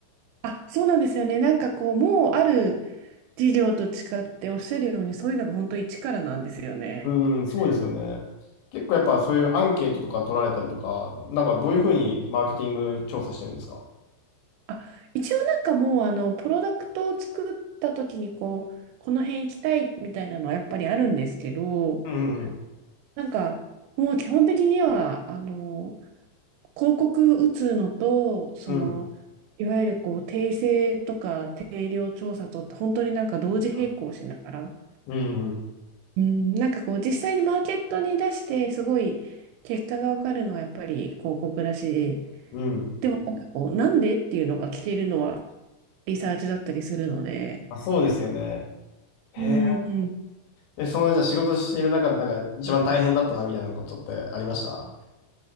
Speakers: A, on the right; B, on the left.
A: あ、そうなんですよね。なんかこう、もうある事業と違っておっしゃるように、そういうのが本当一からなんですよね。
B: うん、そうですよね。結構やっぱそういうアンケートとか取られたりとか、なんかどういうふうにマーケティング調査してるんですか
A: あ、一応なんかもうあのプロダクトを作った時にこうこの辺行きたいみたいなのはやっぱりあるんですけど
B: うんうん
A: なんかもう基本的にはあの広告打つのとそのいわゆるこう訂正とか定量調査とって本当になんか同時並行しながら、
B: うん。うん。うんうんうん。
A: うん、なんかこう実際にマーケットに出してすごい結果が分かるのはやっぱり広告だし、
B: うん
A: なんかこうなんでっていうのが聞けるのはリサーチだったりするので。
B: あ、そうですよね。へえ。
A: うんうん。
B: え、その、じゃあ仕事している中で、なんか一番大変だったな、みたいなことってありました